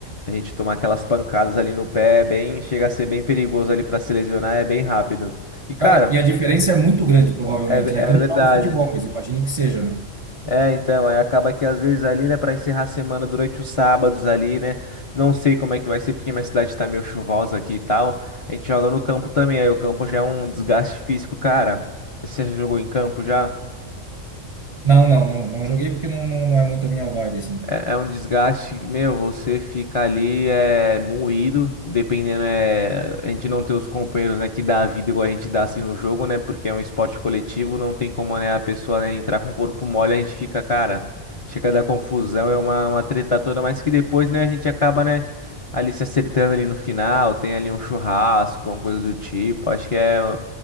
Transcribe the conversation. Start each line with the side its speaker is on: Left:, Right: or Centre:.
Left: a gente tomar aquelas pancadas ali no pé, é bem, chega a ser bem perigoso ali para se lesionar, é bem rápido. E cara,
Right: Cara, e a diferença é muito grande, provavelmente,
Left: é, ve-
Right: né?
Left: é
Right: Que eu não
Left: verdade.
Right: jogo futebol, mas imagino que seja, né?
Left: É, então, aí acaba que às vezes ali, né, para encerrar a semana durante os sábados ali, né, não sei como é que vai ser, porque minha cidade tá meio chuvosa aqui e tal, a gente joga no campo também, aí o campo já é um desgaste físico, cara. Você já jogou em campo já?
Right: Não, não, não, não joguei porque não, não, não é muito a minha vibe, assim.
Left: É é um desgaste, que, meu, você fica ali é, moído, dependendo, é, a gente não ter os companheiros, né, que dá a vida igual a gente dá assim no jogo, né, porque é um esporte coletivo, não tem como, né, a pessoa, né, entrar com o corpo mole, a gente fica, cara, chega a dar confusão, é uma, uma treta toda, mas que depois, né, a gente acaba, né, ali se acertando ali no final, tem ali um churrasco, alguma coisa do tipo, acho que é um